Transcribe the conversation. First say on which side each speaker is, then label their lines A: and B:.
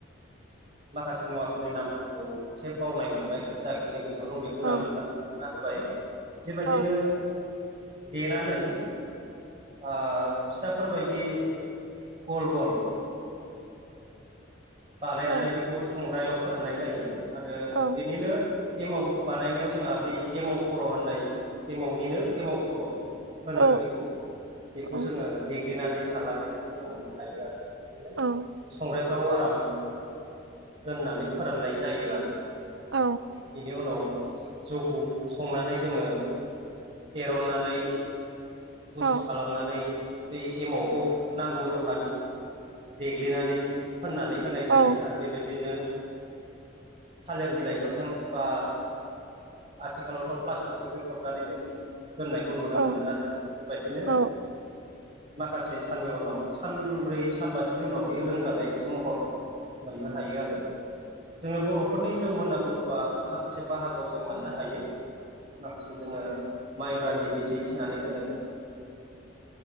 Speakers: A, on the right (about 30°); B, on the right (about 70°).
A: माखासे मुवाफोरनि नामफोरखौ एसे बावनाय मोनबाय जाखिनि गोसो आव दं बेखौनो आं
B: औ
A: नोंथांनो खोन्थानाहोबाय बेबायदिनो।
B: औ
A: देनानै ओ फिथाफोरबायदि। गल गल बानायनानै
B: औ
A: बेखौ संग्रायाव फोराननाय जायो। आरो
B: औ
A: बेनिनो। एमाव बानायनायाव जोंङो बै एमाव खर' होननाय एमावनिनो एमाव खर'। होनो
B: औ
A: बेखौ बेखौ
B: औ औ
A: जोंङो देग्लिनानै सारलानायखौ जों मोननो हायो आरो दिनो
B: औ
A: संग्रायफ्राव आराम दोननानै फोराननाय जायो आरो।
B: औ
A: बेनि उनाव जौखौ संनानै जोंङो। एरननानै। गुसु
B: औ औ
A: खालामनानै बे एमावखौ नांगौ ज देग्लिनानै फोननानै होनाय
B: औ
A: जायो आरो बेबायदिनो। थालिर बिलाइफोरजों बा। आथिखालावथ प्लास्टिकफोरजों खोबनानै जों दोननायखौ नुनो
B: औ
A: मोनो आरो बेबायदिनो
B: औ
A: माखासे साननि उनाव। सानब्रै सानमासेनि उनाव बेयो लोंजानाय बे महर। मोननो हायो आरो जोंङो बर'फोरनि जौ होनना बुंङोबा माखासे बाहागोआव जों मोननो हायो मासे जोंङो माइब्रानि। बिदै खिनानै दोननो बेखौनो